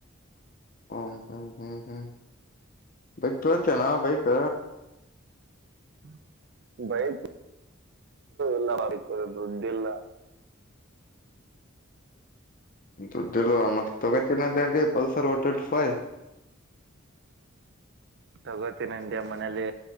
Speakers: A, on the left (about 45°); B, on the right (about 60°).
A: ಹ್ಮ ಹ್ಮ್ ಹ್ಮ್ ಹ್ಮ್ ಬೈಕ್ ತಂತೇನಾ ಬೈಕ್
B: ಹ್ಮ ಬೈಕ್ ಎಲ್ಲಾರು ದುಡ್ ಎಲ್ಲ
A: ದುಡ್ಡ ಮತ್ತೆ ತಗ ಚನ್ನ ಪಲ್ಸರ್ ವೆಂಿ ಫೈ್
B: ತಗೋತ ನನ್ ಮನಲಿ